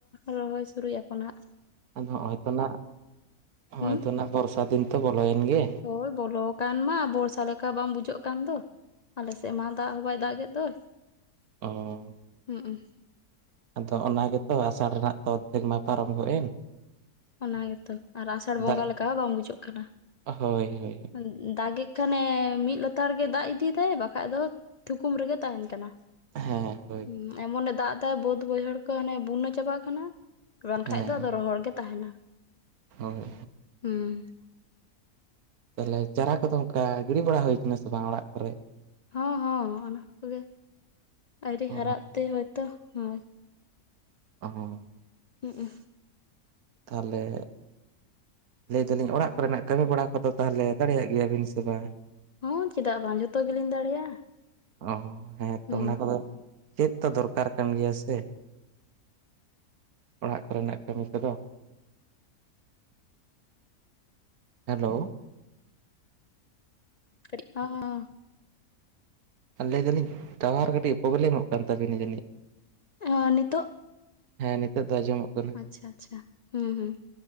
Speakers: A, on the left; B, on the right.
A: ᱨᱚᱦᱚᱭ ᱥᱩᱨᱩᱭᱟᱚ ᱠᱚ ᱱᱟᱜ᱾
B: ᱟᱫᱚ ᱦᱚᱸᱜᱼᱚᱭ ᱛᱚ ᱱᱟᱜ ᱦᱚᱸᱜᱼᱚᱭ
A: ᱦᱩᱸ
B: ᱛᱚ ᱵᱚᱨᱥᱟ ᱫᱤᱱ ᱛᱚ ᱵᱚᱞᱚᱭᱮᱱ ᱜᱮ?
A: ᱦᱳᱭ ᱵᱚᱞᱚ ᱟᱠᱟᱱ ᱢᱟ ᱵᱚᱨᱥᱟ ᱞᱮᱠᱟ ᱵᱟᱝ ᱵᱩᱡᱷᱟᱹᱜ ᱠᱟᱱ ᱫᱚ᱾ ᱟᱞᱮᱥᱮᱫ ᱢᱟ ᱫᱟᱜ ᱦᱚᱸ ᱵᱟᱭ ᱫᱟᱜ ᱮᱫ ᱫᱚᱭ᱾
B: ᱚᱻ᱾
A: ᱦᱩᱸᱼᱩ᱾
B: ᱟᱫᱚ ᱚᱱᱟ ᱜᱮᱛᱚ ᱟᱥᱟᱲ ᱨᱮᱱᱟᱜ ᱛᱚᱛᱫᱤᱱ ᱢᱟ ᱯᱟᱨᱚᱢ ᱜᱚᱫ ᱮᱱ᱾
A: ᱚᱱᱟ ᱜᱮᱛᱚ ᱟᱨ ᱟᱥᱟᱲ ᱵᱚᱸᱜᱟ
B: ᱫᱟᱜ
A: ᱞᱮᱠᱟ ᱦᱚᱸ ᱵᱟᱝ ᱵᱩᱡᱷᱟᱹᱜ ᱠᱟᱱᱟ,
B: ᱦᱳᱭ ᱦᱳᱭ
A: ᱦᱮᱸ ᱫᱟᱜᱮᱜ ᱠᱷᱟᱱᱮ ᱢᱤᱫ ᱞᱮᱛᱟᱲ ᱜᱮ ᱫᱟᱜ ᱤᱫᱤᱭᱮᱫᱟᱭ ᱵᱟᱠᱷᱟᱡ ᱫᱚ ᱛᱷᱩᱠᱩᱢ ᱨᱮᱜᱮ ᱛᱟᱦᱮᱱ ᱠᱟᱱᱟ᱾
B: ᱦᱮᱸ ᱦᱳᱭ
A: ᱦᱩᱸ ᱮᱢᱚᱱᱮ ᱫᱟᱜ ᱫᱟᱭ ᱵᱟᱹᱫ ᱵᱟᱹᱭᱦᱟᱹᱲ ᱠᱚ ᱦᱟᱱᱮ ᱵᱩᱱᱟᱹ ᱪᱟᱵᱟᱜ ᱠᱟᱱᱟ᱾ ᱵᱟᱝᱠᱷᱟᱡ
B: ᱦᱮᱸ
A: ᱫᱚ ᱟᱫᱚ ᱨᱚᱦᱚᱲ ᱜᱮ ᱛᱟᱦᱮᱱᱟ᱾
B: ᱦᱳᱭ ᱦᱳᱭ᱾
A: ᱦᱩᱸ᱾
B: ᱛᱟᱦᱚᱞᱮ ᱪᱟᱨᱟ ᱠᱚᱫᱚ ᱚᱱᱠᱟ ᱜᱤᱲᱤ ᱵᱟᱲᱟ ᱦᱩᱭ ᱠᱟᱱᱟ ᱥᱮ ᱵᱟᱝ ᱚᱲᱟᱜ ᱠᱚᱨᱮ?
A: ᱦᱚᱸ ᱦᱚᱸ ᱚᱱᱟ ᱠᱚᱜᱮ, ᱟᱹᱣᱨᱤ
B: ᱚ
A: ᱦᱟᱨᱟᱜ ᱛᱮ ᱦᱳᱭᱼᱛᱚ ᱦᱳᱭ᱾
B: ᱚ ᱦᱚᱸ᱾
A: ᱦᱩᱸᱼᱩ᱾
B: ᱛᱟᱦᱞᱮ ᱞᱟᱹᱭ ᱫᱟᱞᱤᱧ ᱚᱲᱟᱜ ᱠᱚᱨᱮᱱᱟᱜ ᱠᱟᱹᱢᱤ ᱵᱟᱲᱟ ᱠᱚᱫᱚ ᱛᱟᱦᱞᱮ ᱫᱟᱲᱮᱭᱟᱜ ᱜᱮᱭᱟᱵᱤᱱ ᱥᱮ ᱵᱟᱝ
A: ᱦᱚᱸ ᱪᱮᱫᱟᱜ ᱵᱟᱝ ᱡᱷᱚᱛᱚ ᱜᱮᱞᱤᱧ ᱫᱟᱲᱮᱭᱟᱜᱼᱟ
B: ᱚ ᱦᱮᱸᱛᱚ
A: ᱦᱩᱸ
B: ᱚᱱᱟ ᱠᱚᱫᱚ ᱪᱮᱫ ᱛᱚ ᱫᱚᱨᱠᱟᱨ ᱠᱟᱱ ᱜᱮᱭᱟ ᱥᱮ ᱚᱲᱟᱜ ᱠᱚᱨᱮᱱᱟᱜ ᱠᱟᱹᱢᱤ ᱠᱚᱫᱚ ᱦᱮᱞᱳ
A: <unintelligible>
B: ᱟᱨ ᱞᱟᱹᱭ ᱫᱟᱞᱤᱧ ᱛᱟᱣᱟᱨ ᱠᱟᱹᱴᱤᱡ ᱯᱨᱚᱵᱞᱮᱢᱚᱜ ᱠᱟᱱ ᱛᱟᱵᱤᱱᱟ ᱡᱟᱹᱱᱤᱡ
A: ᱚ ᱱᱤᱛᱚᱜ
B: ᱦᱮᱸ ᱱᱤᱛᱳ ᱫᱚ ᱟᱸᱡᱚᱢᱚᱜ ᱠᱟᱱᱟ
A: ᱟᱪᱷᱟ ᱟᱪᱷᱟ ᱦᱩᱸ ᱦᱩᱸ